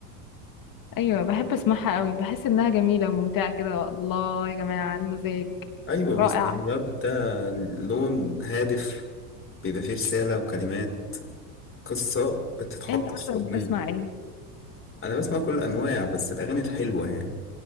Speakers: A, on the left (about 45°); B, on the left (about 25°).
A: ايوه بحب اسمعها قوي بحس انها جميلة وممتعة كده الله يا جماعة المزاج
B: ايوه
A: رائع
B: بس الراب ده لون هادف بيبقى فيه رسالة وكلمات قصة بتتحط
A: انت عارفه
B: في أغنية
A: بتسمع ايه
B: انا بسمع كل الانواع بس الاغاني الحلوه يعني